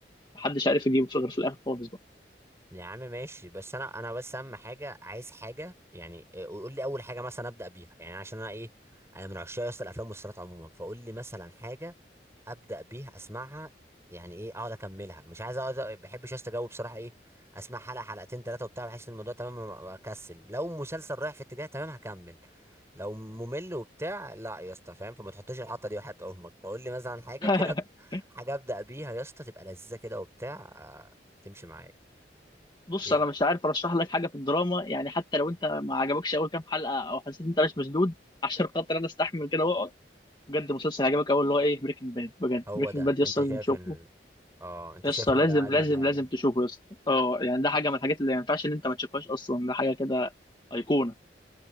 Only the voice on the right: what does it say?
يا عم ماشي بس انا انا بس اهم حاجه عايز حاجه يعني إيه، قول لي اول حاجه مثلا ابدا بيها يعني عشان انا ايه انا من عشاق اصلا الافلام والمسلسلات عموما فقول لي مثلا حاجه ابدا بيها اسمعها يعني ايه اقعد اكملها مش عايز اقعد ما بحبش استجاوب بصراحه ايه اسمع حلقه حلقتين ثلاثه وبتاع بحس ان الموضوع تمام ما- اكسل لو مسلسل رايح في اتجاه تمام هكمل لو ممل وبتاع لا يا اسطى فاهم فما تحطش الحطه دي وحياه امك فقول لي مثلا حاجه
كده أب- حاجه ابدا بيها يا اسطى تبقى لذيذه كده وبتاع آه، تمشي معايا
ايه
هو
ده
انت
شايف
ان اه انت
شايف ان
ده اجمد
حاجه